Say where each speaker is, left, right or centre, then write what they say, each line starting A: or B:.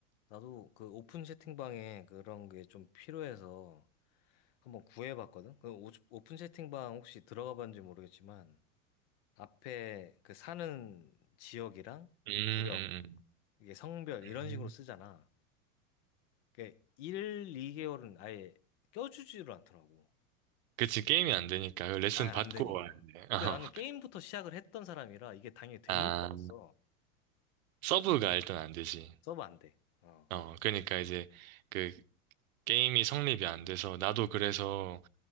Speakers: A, on the left; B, on the right.
A: 나도 그 오픈 채팅방에 그런 게 좀 필요해서 한번 구해봤거든? 그 오- 오픈 채팅방 혹시 들어가 봤는지 모르겠지만, 앞에 그 사는 지역이랑
B: 음,
A: 구역,
B: 음,
A: 이게 성별, 이런
B: 음.
A: 식으로 쓰잖아. 그게 1, 2개월은 아예 껴주지를 않더라고.
B: 그치, 게임이 안 되니까. 그 레슨
A: 아예
B: 받고
A: 안 되니까.
B: 와야 돼. <laughs>
A: 근데
B: 어.
A: 나는 게임부터 시작을 했던 사람이라 이게 당연히 되는
B: 아,
A: 줄 알았어.
B: 서브가 일단 안 되지.
A: 서버 안 돼. 어.
B: 어, 그러니까 이제 그 게임이 성립이 안 돼서 나도 그래서